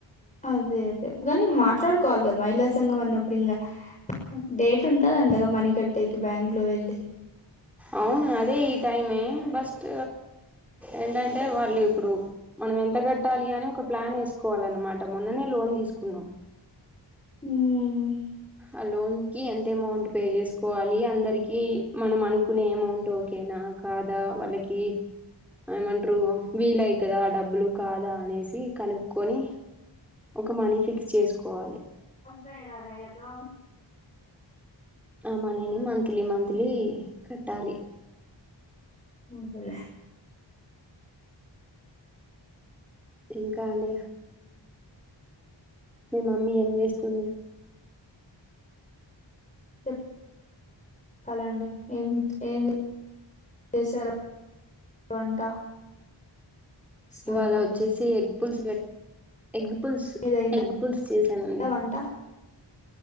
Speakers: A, on the left (about 15°); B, in the centre.
A: అదే కానీ మాట్లాడుకోవాలి కా మహిళా సంఘం అన్నప్పుడు ఇంకా డేట్ ఉంటది అండగా మనీ కట్టేకి బ్యాంక్ లో వెళ్ళలి
B: అవును అదే ఈ టైమే బస్ట్ ఏంటంటే వాళ్ళు ఇప్పుడు మనం ఎంత కట్టాలి అని ఒక ప్లాన్ వేసుకోవాలన్నమాట మొన్ననే లోన్ తీసుకున్నాం
A: ఉమ్
B: ఆ లోన్ కి ఎంత అమౌంట్ పే చేసుకోవాలి అందరికి మనం అనుకునే అమౌంట్ ఓకేనా అని కాదా వాళ్ళకి ఏమంటారు వీలవుతుందా ఆ డబ్బులు కాదా అనేసి కనుక్కకొని. ఒక మనీ ఫిక్స్ చేసుకోవాలి
A: వస్తాయి ఏదో
B: అ మని మంత్లీ మంత్లీ కట్టాలి.
A: అంతేలే
B: ఇంకా అండి మీ మమ్మీ ఏం చేస్తుంది.
A: చెప్ హలో అండి ఎం ఏం చేశారు వంట స్నానానికి
B: ఇవాళ
A: వెళ్ళింది
B: వచ్చేసి ఎగ్ పుల్స్ ఎగ్ పుల్స్
A: మీదయిందా
B: ఎగ్ పుల్స్ చేసానండి
A: వంట